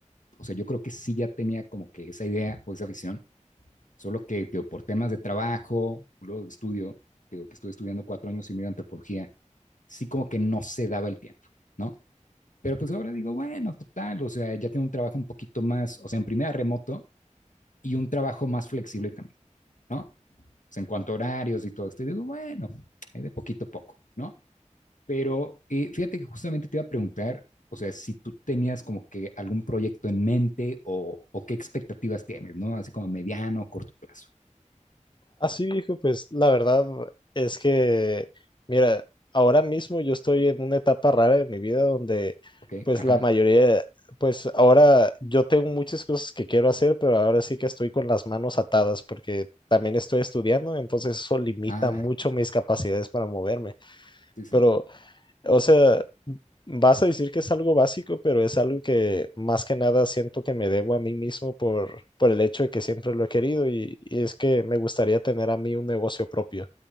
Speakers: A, on the left; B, on the left.
A: o sea, yo creo que sí ya tenía como que esa idea o esa visión Solo que, digo, por temas de trabajo, luego de estudio, digo, que estuve estudiando cuatro años y medio de antropología, sí como que no se daba el tiempo, ¿no? Pero pues ahora digo, bueno, total, o sea, ya tengo un trabajo un poquito más, o sea, en primera remoto y un trabajo más flexible también, ¿no? O sea, en cuanto a horarios y todo esto, y digo, bueno, hay de poquito a poco, ¿no? Pero eh, fíjate que justamente te iba a preguntar, o sea, si tú tenías como que algún proyecto en mente o, o qué expectativas tienes, ¿no? Así como mediano o corto plazo.
B: Así viejo, pues la verdad es que, mira, ahora mismo yo estoy en una etapa rara de mi vida donde,
A: Ok,
B: pues
A: ajá.
B: la mayoría, pues ahora yo tengo muchas cosas que quiero hacer, pero ahora sí que estoy con las manos atadas porque también estoy estudiando, entonces eso limita
A: Ah,
B: mucho mis capacidades para moverme.
A: sí, sí.
B: Pero o sea, vas a decir que es algo básico, pero es algo que más que nada siento que me debo a mí mismo por, por el hecho de que siempre lo he querido y, y es que me gustaría tener a mí un negocio propio.